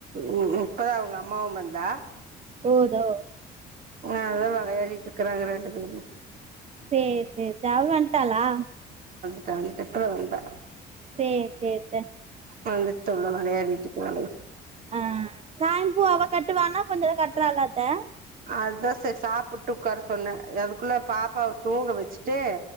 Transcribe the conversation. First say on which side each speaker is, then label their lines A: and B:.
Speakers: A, on the right (about 55°); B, on the right (about 40°).
A: உ ம் இப்பதா அவங்க அம்மாவு வந்தா
B: ஓ தோ
A: ஆ அதா வெளையாடிட்டு இருக்ககுறாங்க ரெண்டு பேரு
B: சேரி சேரிதே அவ வன்டாளா
A: வன்ட்டா வன்ட்டா இப்பதா வந்தா
B: சேரி சேரித்தே
A: வந்துட்டுதா உள்ள வெளையாடிட்டு இருக்காளுக
B: ஆ சாமி பூ அவ கட்டுவானா கொஞ்சோ இத கட்டுறல்லாத்தே
A: அதுதா செரி சாப்பிட்டு உட்கார சொன்னே அதுக்குள்ள பாப்பாவை தூங்க வெச்சுட்டு